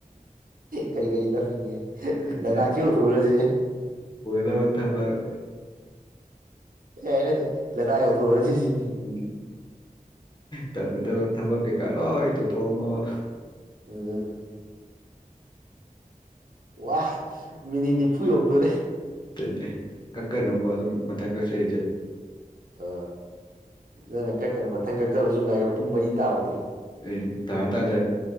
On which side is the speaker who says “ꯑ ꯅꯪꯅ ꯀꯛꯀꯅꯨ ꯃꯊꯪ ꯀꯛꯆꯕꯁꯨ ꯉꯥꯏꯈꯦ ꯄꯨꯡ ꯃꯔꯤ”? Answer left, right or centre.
Right